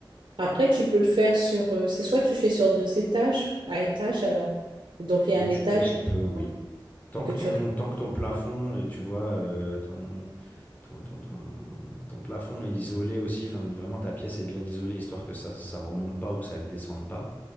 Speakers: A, on the right; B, on the left.
A: Après, tu peux le faire sur... euh, c'est soit tu fais sur deux étages, à étage alors. Et donc, il y a
B: Où
A: un
B: tu,
A: étage
B: où tu
A: que
B: peux,
A: tu,
B: oui.
A: ouais,
B: Tant
A: et que
B: que
A: tu
B: ton,
A: respectes.
B: tant que ton plafond, et tu vois, euh, ton, ton, ton, ton- ton plafond est isolé aussi, enfin, vraiment ta pièce est bien isolée, histoire que ça ça remonte pas ou que ça descende pas.